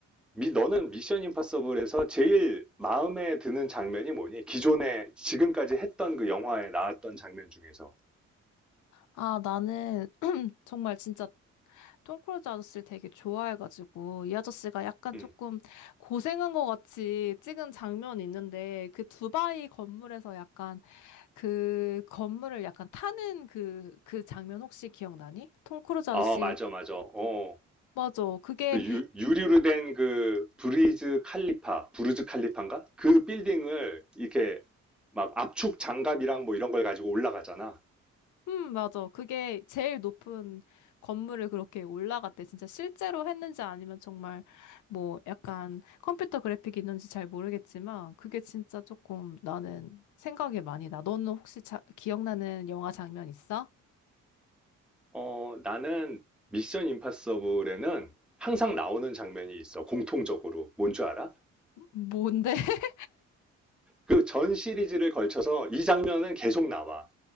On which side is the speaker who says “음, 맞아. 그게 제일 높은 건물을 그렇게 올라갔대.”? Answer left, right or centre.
Left